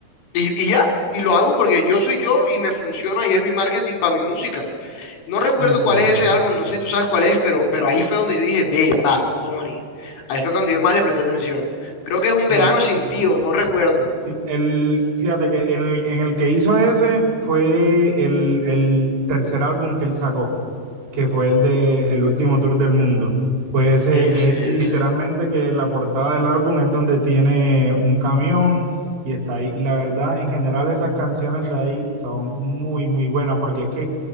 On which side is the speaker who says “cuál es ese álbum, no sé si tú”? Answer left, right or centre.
Left